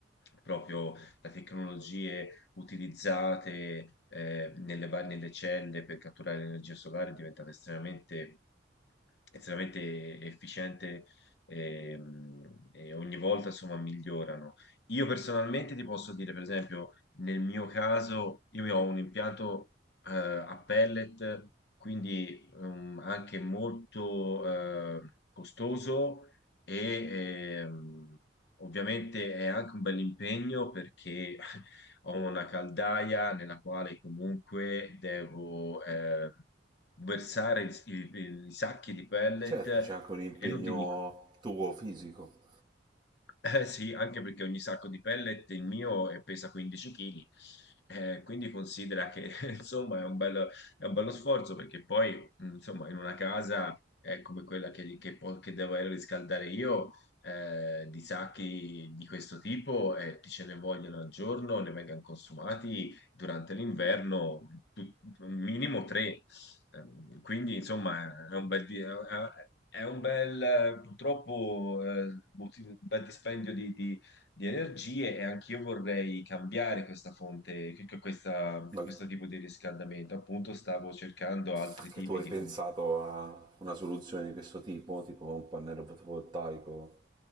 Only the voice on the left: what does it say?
proprio da tecnologie utilizzate eh, nelle, va- nelle celle per catturare l'energia solare è diventata estremamente estremamente efficiente ehm, e, ogni volta insomma migliorano. Io personalmente ti posso dire, per esempio, nel mio caso, io ho un impianto eh, a pellet, quindi ehm, anche molto eh, costoso e ehm, ovviamente è anche un bel impegno perché <laughs> ho una caldaia nella quale comunque devo... eh, versare i, i- i sacchi di pellet
e non ti dico.
Eh sì, anche perché ogni sacco di pellet il mio eh, pesa 15 kg, quindi considera che <laughs> insomma è un bello, è un bello sforzo perché poi mh, insomma in una casa eh, come quella che, che po- che devo riscaldare io eh, di sacchi di questo tipo eh, ti ce ne vogliono al giorno, ne vengono consumati durante l'inverno tut- un minimo tre, Ehm, quindi insomma è un bel... di- è un bel, eh, purtroppo, eh, multi- un bel dispendio di, di- di energie e anch'io vorrei cambiare questa fonte, che- che- questa-
questo tipo di riscaldamento. Appunto, stavo cercando altri
tipi
di,
com-